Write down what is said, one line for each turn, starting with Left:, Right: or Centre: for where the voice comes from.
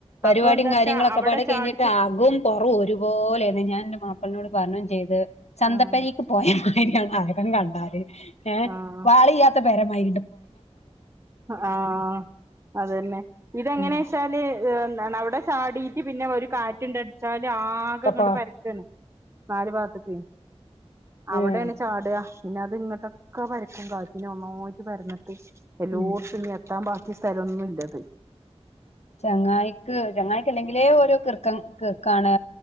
Left: പരിപാടിം
Right: അപ്പൊ എന്താച്ചാ
Left: കാര്യങ്ങളൊക്കെ
Right: അവിടെ
Left: പാടെ
Right: ചാടിച്ചിട്ട്
Left: കഴിഞ്ഞിട്ടാകും പൊറവും ഒരുപോലെന്നെ ഞാൻ എന്റെ മാപ്പിളനോട് പറഞ്ഞും ചെയ്ത് ചന്തപ്പരിക്ക്
Right: ആഹ്
Left: പോയമാരിയാണ് ആള്കൾ കണ്ടാല്ല് ങേ
Right: ആഹ്
Left: ആളില്ലാത്ത പേരമാരിആയി
Right: ആഹ് അതന്നെ ഇതെങ്ങനെ
Left: ഉം
Right: ചാല് അല്ലെ എന്താണ് അവിടെ ചാടിട്ട് പിന്നെ ഒരു കാറ്റ് ണ്ടട്ച്ചാല് ആകെങ്ങട്ട്
Left: ഒക്കപ്പാ
Right: പരക്കും ക്കാണ് നാല് പാത്രത്തിന്ന് അവിടെയാണ്
Left: ഏഹ്
Right: ചാട പിന്നെ അത് ഇങ്ങോട്ടൊക്കെ പരക്കും കാറ്റിന് ഒന്നായിട്ട് പരന്നിട്ട് എല്ലോടത്തും
Left: ഉം
Right: ഞ്ഞിഎത്തും കിട്ടാൻ ബാക്കി സ്ഥലൊന്നില്ലത്
Left: ചങ്ങായിക്ക് ചങ്ങായിക്ക് അല്ലെങ്കിലേ ഓരോ കിർക്ക കിറുക്കാണ്